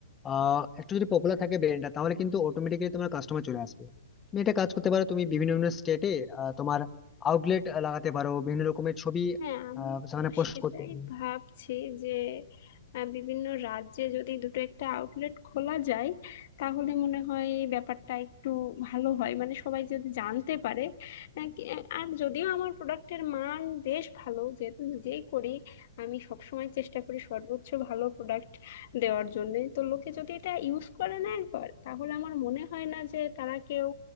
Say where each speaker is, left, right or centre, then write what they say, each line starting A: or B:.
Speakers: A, on the left; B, on the left.
A: আহ একটু যদি পপুলার থাকে ব্র্যান্ডটা তাহলে কিন্তু অটোমেটিক্যালি তোমার কাস্টমার চলে আসবে তুমি একটা কাজ করতে পারো তুমি বিভিন্ন বিভিন্ন স্টেটে তোমার আউটলেট লাগাতে পারো বিভিন্ন রকমের ছবি
B: হ্যাঁ আমি
A: আহ, সেখানে পোস্ট
B: সেটাই
A: করতে পারো
B: ভাবছি যে আহ, বিভিন্ন রাজ্যে যদি দুটো একটা আউটলেট খোলা যায় তাহলে মনে হয় এই ব্যাপারটা একটু ভালো হয় মানে সবাই যদি জানতে পারে আহ, কি- আর যদিও আমার প্রোডাক্টের মান বেশ ভালো যেহেতু নিজেই করি আমি সবসময় চেষ্টা করি সর্বোচ্চ ভালো প্রোডাক্ট দেওয়ার জন্য তো লোকে যদি এটা ইউজ করে না একবার তাহলে আমার মনে হয় না যে তারা কেউ